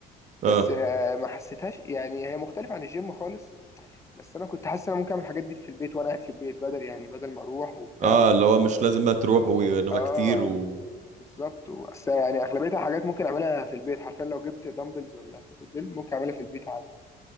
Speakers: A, on the left; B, on the right.
A: بس
B: اه
A: آه، ما حسيتهاش يعني هي مختلفة عن الجيم خالص بس أنا كنت حاسس إن أنا ممكن أعمل الحاجات دي في البيت وأنا قاعد في البيت بدل يعني بدل ما أروح وبتاع
B: اه اللي هو مش لازم بقى تروح وانما
A: آه
B: كتير و
A: بالظبط بس يعني اغلبيتها حاجات ممكن اعملها في البيت حرفيا لو جبت دمبلز ولا كتل بيل ممكن اعملها في البيت عادي